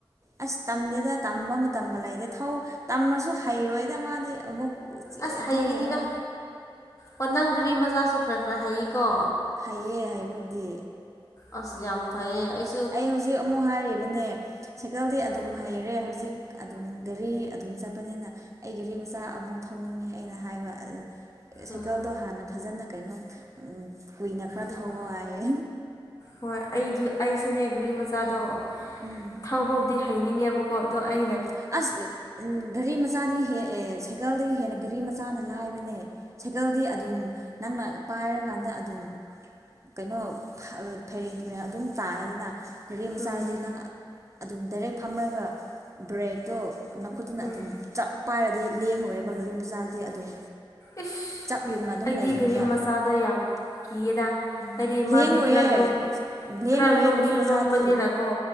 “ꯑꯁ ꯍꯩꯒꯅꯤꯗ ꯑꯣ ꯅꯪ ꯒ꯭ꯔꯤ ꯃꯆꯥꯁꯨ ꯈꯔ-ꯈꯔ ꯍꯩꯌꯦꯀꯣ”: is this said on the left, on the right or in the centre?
Left